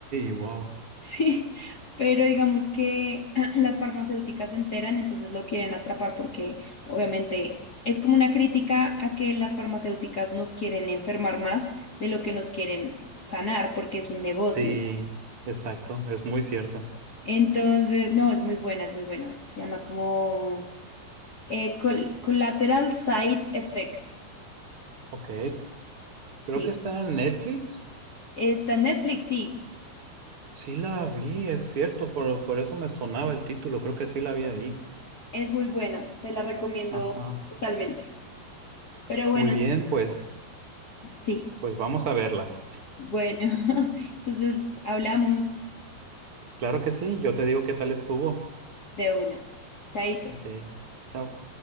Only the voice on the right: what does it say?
wow.
Sí,
exacto, es muy cierto.
Ok,
creo que está en Netflix.
Sí la vi, es cierto, por, por eso me sonaba el título, creo que sí la vi ahí.
Ajá.
Muy bien, pues,
pues vamos a verla.
Claro que sí, yo te digo qué tal estuvo.
Ok, chao.